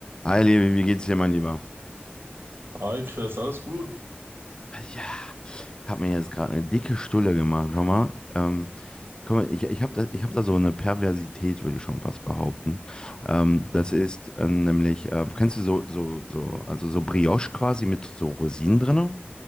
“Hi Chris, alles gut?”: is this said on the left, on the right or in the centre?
Right